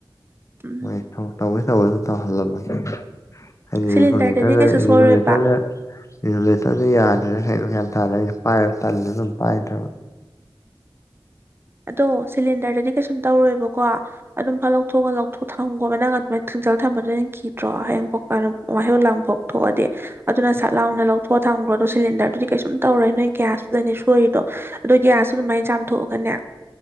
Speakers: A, on the right; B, on the left.
A: ꯎꯝ
B: ꯃꯣꯏ <unintelligible> <unintelligible> ꯑꯗꯨꯝ ꯇꯧꯍꯜꯂꯝꯕꯅꯦ ꯍꯥꯏꯗꯤ
A: ꯁꯤꯂꯤꯟꯗꯔꯗꯗꯤ
B: ꯔꯤꯒꯨꯂꯦꯇꯔꯗ
A: ꯀꯩꯁꯨ
B: ꯔꯤꯒꯨꯂꯦꯇꯔꯗ
A: ꯁꯣꯏꯔꯣꯏꯕ
B: ꯔꯤꯒꯨꯂꯦꯇꯔꯗꯨ ꯌꯥꯗ꯭ꯔꯤꯔꯥ ꯈꯪꯗꯦ ꯒ꯭ꯌꯥꯟ ꯇꯥꯗꯦ ꯑꯩꯁꯨ ꯄꯥꯏꯗꯧ ꯇꯥꯟꯅ ꯑꯗꯨꯝ ꯄꯥꯏꯗ꯭ꯔꯕꯥ
A: ꯑꯗꯣ ꯁꯤꯂꯤꯟꯗꯔꯗꯗꯤ ꯀꯩꯁꯨꯝ ꯇꯧꯔꯣꯏꯕꯀꯣ ꯑꯗꯨꯝ ꯐꯠ ꯂꯧꯊꯣꯛꯑꯒ ꯂꯧ ꯊꯥꯡꯒꯣꯕ ꯅꯪ ꯑꯗꯨꯃꯥꯏꯅ ꯊꯤꯡꯖꯤꯟꯂ ꯊꯝꯕꯗꯨꯅ ꯅꯪ ꯀꯤꯗ꯭ꯔꯣ ꯍꯌꯦꯡ ꯄꯣꯛ ꯃꯩꯍꯧ ꯂꯥꯡꯄꯣꯛ ꯊꯣꯛꯑꯗꯤ ꯑꯗꯨꯅ ꯁꯠ ꯂꯥꯎꯅ ꯂꯧꯊꯣꯛꯑ ꯊꯝꯈ꯭ꯔꯣꯗꯣ ꯁꯤꯂꯤꯟꯗꯔꯗꯨꯗꯤ ꯀꯩꯁꯨꯝ ꯇꯧꯔꯣꯢ ꯅꯣꯏ ꯒ꯭ꯌꯥꯁꯇꯨꯗꯅꯦ ꯁꯣꯏꯔꯤꯗꯣ ꯑꯗꯣ ꯒ꯭ꯌꯥꯁꯗꯨ ꯑꯗꯨꯃꯥꯏꯅ ꯆꯥꯝꯊꯣꯛꯑꯒꯅꯦ